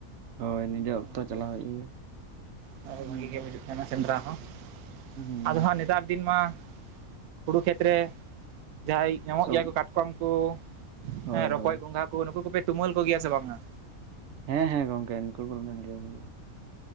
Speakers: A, on the right; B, on the right.
A: ᱦᱳᱭ ᱱᱤᱡᱮ ᱚᱠᱛᱚ
B: ᱟᱨᱠᱤ
A: ᱪᱟᱞᱟᱣ ᱦᱩᱭᱩᱜ ᱜᱮᱭᱟ
B: ᱦᱳᱭ
A: ᱦᱩᱸ
B: ᱵᱷᱟᱜᱤ ᱜᱮ ᱵᱩᱡᱩᱜ ᱠᱟᱱᱟ ᱥᱮᱸᱫᱽᱨᱟ ᱦᱚᱸ᱾
A: ᱦᱩᱸ
B: ᱟᱫᱚ ᱦᱟᱸᱜ ᱱᱮᱛᱟᱨ ᱫᱤᱱ ᱢᱟ ᱦᱩᱲᱩ ᱠᱷᱮᱛᱨᱮ ᱡᱟᱸᱦᱟᱸᱭ ᱧᱟᱢᱚᱜ
A: ᱥᱚᱵ
B: ᱜᱮᱭᱟ ᱠᱚ ᱠᱟᱴ ᱠᱚᱢ ᱠᱩ
A: ᱦᱳᱭ
B: ᱦᱮᱸ ᱨᱚᱠᱚᱡ
A: ᱦᱳᱭ
B: ᱜᱚᱸᱜᱷᱟ ᱠᱩ ᱱᱩᱠᱩ ᱠᱚᱯᱮ ᱛᱩᱢᱟᱹᱞ ᱠᱚᱜᱮᱭᱟ ᱥᱮ ᱵᱟᱝ-ᱟ?
A: ᱦᱮᱸ ᱦᱮᱸ ᱜᱚᱝᱠᱮ ᱱᱩᱠᱩ ᱠᱚᱦᱚ ᱡᱚᱢ ᱦᱩᱭᱩᱜᱼᱟ᱾